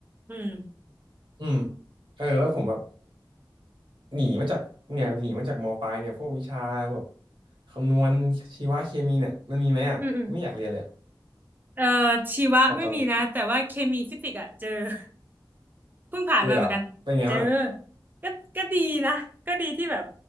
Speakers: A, on the right; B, on the right.
A: อืม
B: อืมเออแล้วผมแบบหนีมาจากเนี่ยหนีมาจากมปลายเนี่ยพวกวิชาแบบคำนวณชีวะเคมีเนี่ยมันมีไหมอ่ะไม่อยากเรียนเลยอะ
A: อืมอืมเอ่อชีวะไม่มีนะแต่ว่าเคมีฟิสิกส์อะเจอ
B: แบบตอน
A: <laughs> เพิ่งผ่านมาเหมือนกันเจอ
B: เจอเหรอเป็นไงบ้าง
A: ก็ก็ดีนะก็ดีที่แบบ